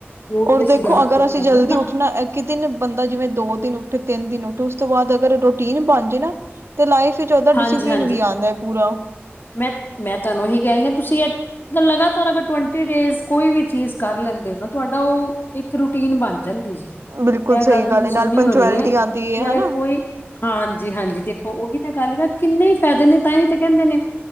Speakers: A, on the left; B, on the right.
A: ਜੋ ਵੀ
B: ਔਰ
A: ਅਸੀਂ
B: ਦੇਖੋ
A: ਯਾਦ
B: ਅਗਰ
A: ਕੀਤਾ
B: ਅਸੀਂ ਜਲਦੀ
A: ਦਾ
B: ਉੱਠ ਹਨਾ ਇੱਕ -ਦਿਨ ਬੰਦਾ ਜਿਵੇਂ ਦੋ -ਦਿਨ ਉੱਠੇ, ਤਿੰਨ -ਦਿਨ ਉੱਠੇ, ਉਸ ਤੋਂ ਬਾਅਦ ਅਗਰ ਰੋ ਰੋਟੀਨ ਬਣ ਜੇ ਨਾ, ਤੇ ਲਾਈਫ ਵਿੱਚ ਓਦਾ
A: ਹਾਂਜੀ
B: ਡਿਸਪਲਿਨ
A: ਹਾਂਜੀ
B: ਵੀ ਆਂਦਾ ਆ ਪੂਰਾ।
A: ਮੈਂ, ਮੈਂ ਤੁਹਾਨੂੰ ਏਹੀ ਕੈਹ ਰਈ ਹਾਂ ਤੁਸੀਂ ਏ ਲਗਾਤਾਰ ਅਗਰ ਟਵੈਂਟੀ ਡੇਜ਼ ਕੋਈ ਵੀ ਚੀਜ਼ ਕਰ ਲੈਂਦੇ ਹੋ ਨਾ, ਤੁਹਾਡਾ ਉਹ ਇੱਕ ਰੂਟੀਨ ਬਣ ਜਾਂਦੀ ਜੇ।
B: ਬਿਲਕੁਲ
A: ਏਹ
B: ਸਹੀ
A: ਗੱਲ, ਤੁਸੀਂ
B: ਏ ਨਾਲ
A: ਸੁਣੀ
B: ਪੰਚੁਐਲਿਟੀ
A: ਹੋਣੀ ਹੈ, ਕਿ
B: ਆਉਂਦੀ ਹੈ
A: ਅਗਰ
B: ਹਨਾ
A: ਕੋਈ, ਹਾਂਜੀ- ਹਾਂਜੀ ਦੇਖੋ। ਉਹੀ ਗੱਲ ਦਾ ਕਿੰਨੇ ਹੀ ਫਾਇਦੇ ਨੇ, ਤਾਂ ਹੀ ਤੇ ਕਹਿੰਦੇ ਨੇ